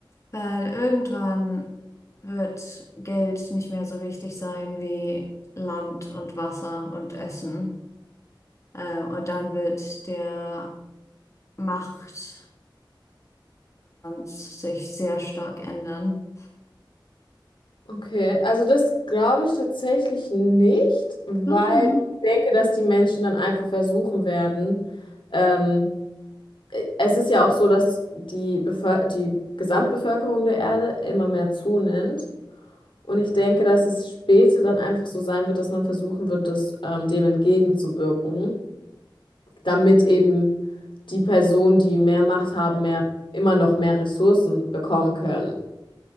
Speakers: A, on the left; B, on the left.
A: Weil irgendwann wird Geld nicht mehr so wichtig sein wie Land und Wasser und Essen. Äh, und dann wird der Machtbalance sich sehr stark ändern.
B: Okay. Also das glaube ich tatsächlich nicht, weil
A: Warum?
B: ich denke, dass die Menschen dann einfach versuchen werden, ähm, es ist ja auch so, dass die, Bevöl die Gesamtbevölkerung der Erde immer mehr zunimmt. Und ich denke, dass es später dann einfach so sein wird, dass man versuchen wird, das, ähm, dem entgegenzuwirken, damit eben die Personen, die mehr Macht haben, mehr, immer noch mehr Ressourcen bekommen können.